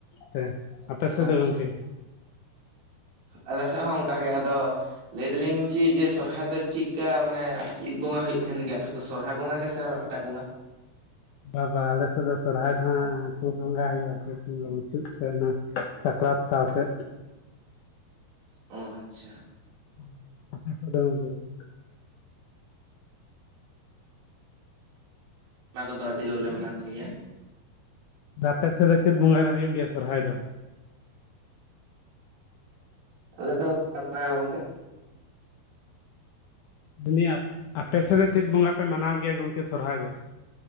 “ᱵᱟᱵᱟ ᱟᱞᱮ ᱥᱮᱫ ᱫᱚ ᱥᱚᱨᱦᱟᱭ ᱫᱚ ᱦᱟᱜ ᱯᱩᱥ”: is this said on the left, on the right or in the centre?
Left